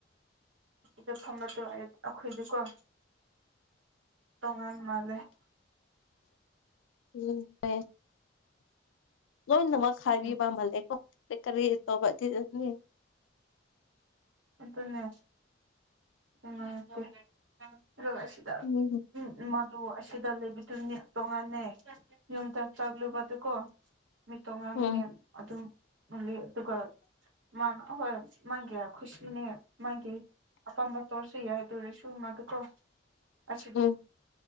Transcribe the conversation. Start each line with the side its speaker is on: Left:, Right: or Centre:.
Right: ꯗ ꯐꯝꯕꯗ ꯑꯩ ꯑꯩꯈꯣꯏꯗꯤꯀꯣ ꯇꯣꯡꯉꯥꯟ ꯃꯥꯜꯂꯦ
Left: ꯎꯝꯝꯦ ꯂꯣꯏꯅꯃꯛ ꯍꯥꯏꯕꯤꯕ
Right: ꯎꯝ
Left: ꯃꯥꯜꯂꯦꯀꯣ ꯀꯔꯤ ꯀꯔꯤ ꯇꯧꯕꯅꯤ
Right: ꯑꯗꯨꯅꯦ <unintelligible> ꯁꯤ
Left: ꯎꯝ
Right: ꯎꯝ ꯃꯗꯨ ꯑꯁꯤꯗ ꯂꯩꯕꯗꯨꯅꯤ ꯇꯣꯡꯉꯥꯟꯅꯦ ꯌꯨꯝꯗ ꯆꯥꯛꯂꯨꯕꯗꯀꯣ ꯃꯤꯇꯣꯉꯥꯡꯅꯦ
Left: ꯎꯝ
Right: ꯑꯗꯨꯝ ꯃꯥꯂꯤ ꯇꯨꯀ ꯃꯥꯅ ꯑꯍꯣꯏ ꯃꯥꯀꯤ ꯈꯨꯁꯤꯅꯦ ꯃꯥꯒꯤ ꯑꯄꯥꯝꯕ ꯇꯧꯔꯁꯨ ꯌꯥꯏ ꯑꯗꯨ ꯑꯣꯏꯔꯁꯨ ꯃꯥꯗꯨꯀꯣ <unintelligible> ꯑꯥ
Left: ꯎꯝ